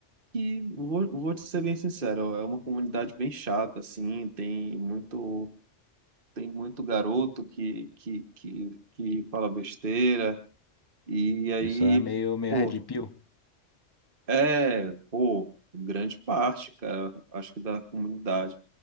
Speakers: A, on the right; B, on the left.
A: que vou, vou te ser bem sincero, é uma comunidade bem chata, assim, tem muito tem muito garoto que, que, que, que fala besteira, e
B: O
A: aí,
B: pessoal é meio, meio
A: pô,
B: red pill.
A: é, pô, grande parte, cara, acho que da comunidade.